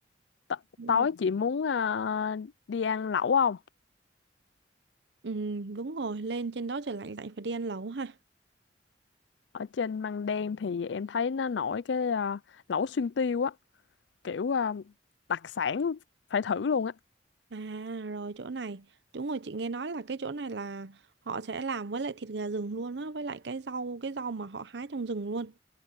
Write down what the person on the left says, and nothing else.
T
tối
chị muốn ờ, đi ăn lẩu không?
Ở trên Măng Đen thì em thấy nó nổi cái ờ, lẩu xuyên tiêu á, kiểu ờ, đặc sản phải thử luôn á.